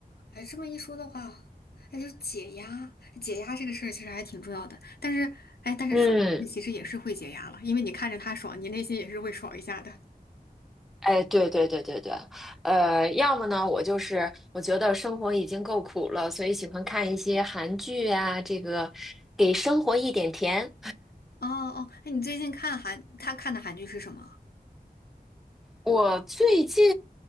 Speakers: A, on the left; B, in the centre.
A: 哎，这么一说的话，哎，就是解压，解压这个事儿其实还挺重要的。但是，哎，但是说你其实也是会解压了，
B: 嗯。
A: 因为你看着他爽，你内心也是会爽一下的。
B: 哎，对对对对对，呃，要么呢，我就是我觉得生活已经够苦了，所以喜欢看一些韩剧啊，这个给生活一点甜。
A: 哦哦，哎，你最近看韩，他看的韩剧是什么啊？
B: 我最近，